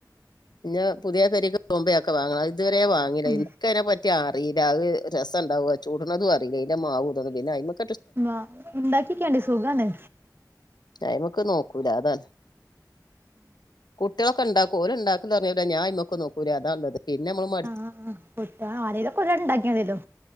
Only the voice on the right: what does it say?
ഉം
ഉം ആഹ് ഇണ്ടാക്കിയൊക്കെണ്ടി സുഖാണ്
ഉം
ആഹ് <unintelligible> കൂട്ട്യാൾ ആരേലുംക്കെ ഉണ്ടാക്കി മദ്യല്ലോ